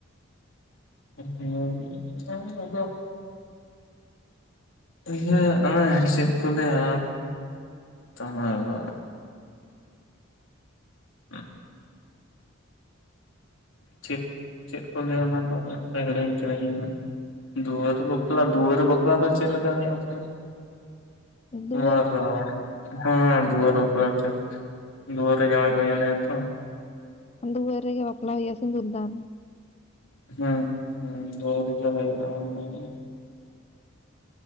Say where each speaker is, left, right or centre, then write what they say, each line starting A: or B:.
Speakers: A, on the left; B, on the left.
A: ᱦᱮᱸ ᱦᱚᱭ ᱟᱫᱚ ᱤᱭᱟᱹ ᱚᱱᱟ ᱦᱸᱥᱮᱫ ᱠᱚ ᱞᱟᱹᱭᱟ ᱛᱚᱢᱟᱨ ᱫᱚ ᱦᱚᱸ ᱪᱮᱫ, ᱪᱮᱫ ᱠᱚ ᱞᱟᱹᱭᱟ ᱚᱱᱟ ᱫᱚ ᱦᱤᱲᱤᱧ ᱠᱟᱫᱟᱹᱧ ᱤᱧᱫᱚ ᱫᱩᱣᱟᱹᱨ ᱵᱟᱯᱞᱟ-ᱫᱩᱣᱟᱹᱨ ᱵᱟᱯᱞᱟ ᱫᱚ ᱪᱮᱫ ᱞᱮᱠᱟ ᱦᱩᱭᱩᱜ ᱟ ᱢᱟᱥᱮ ᱞᱟᱹᱭᱢᱮ?
B: ᱫᱩᱣᱟᱹᱨ
A: ᱢᱟᱨᱚᱜ
B: ᱵᱟᱯᱞᱟ
A: ᱦᱮᱸᱻᱦᱮᱸ ᱫᱩᱣᱟᱹᱨ ᱵᱟᱯᱞᱟ ᱠᱷᱤᱠ ᱫᱩᱟᱹᱨ ᱨᱮ ᱡᱶᱟᱭ ᱠᱚ ᱧᱮᱞᱮᱭᱟ ᱛᱚ
B: ᱫᱩᱣᱟᱹᱨ ᱨᱮᱜᱮ ᱵᱟᱯᱞᱟ ᱦᱩᱭᱩᱜ-ᱟ ᱥᱤᱫᱩᱨᱫᱟᱱ
A: ᱦᱮᱸ ᱦᱩᱸ ᱫᱩᱣᱟᱹᱨ ᱨᱮᱜᱮ ᱪᱟᱵᱟᱭᱚᱜ -ᱟ ᱢᱟ ᱞᱟᱹᱭ ᱵᱤᱱ